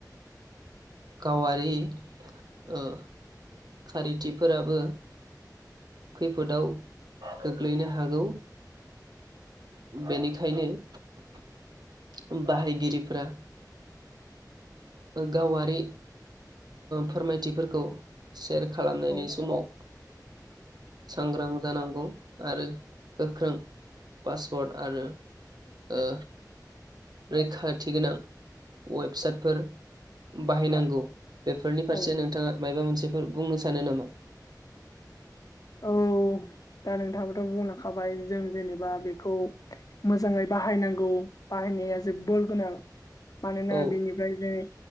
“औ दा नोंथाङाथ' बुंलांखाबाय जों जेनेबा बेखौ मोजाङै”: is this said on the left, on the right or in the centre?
Left